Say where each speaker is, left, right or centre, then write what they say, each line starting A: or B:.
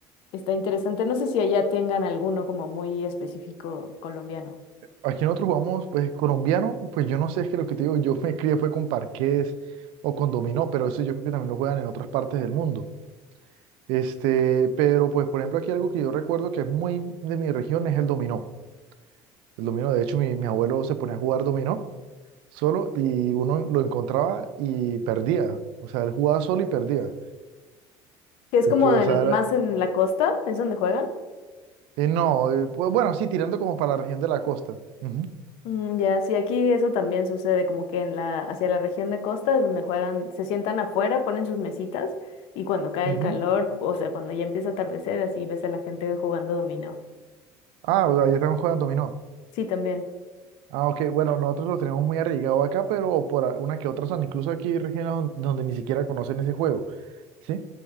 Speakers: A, on the left; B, on the right.
A: está interesante. No sé si allá tengan alguno como muy específico colombiano,
B: Aquí nosotros jugamos, pues colombiano, pues yo no sé, es que lo que te digo, yo me crié fue con parqués o con dominó, pero eso yo creo que también lo juegan en otras partes del mundo. Este, pero pues por ejemplo aquí algo que yo recuerdo que es muy de mi región es el dominó. El dominó, de hecho, mi, mi abuelo se ponía a jugar dominó solo y uno lo encontraba y perdía. O sea, él jugaba solo y perdía.
A: que es
B: Entonces,
A: como en-
B: o sea, era-
A: más en la costa, es donde juegan.
B: eh, no, eh, pues, bueno, sí, tirando como para la región de la costa. Ujú,
A: Mm, ya, sí, aquí eso también sucede, como que en la, hacia la región de costa es donde juegan, se sientan afuera, ponen sus mesitas y cuando cae
B: ujú.
A: el calor, o sea, cuando ya empieza a atardecer, así ves a la gente jugando dominó.
B: Ah, o sea, allá también jugando dominó.
A: Sí, también.
B: Ah, ok, bueno, nosotros lo tenemos muy arraigado acá, pero por a- una que otra zona. Incluso aquí hay regiones don- donde ni siquiera conocen ese juego, ¿sí?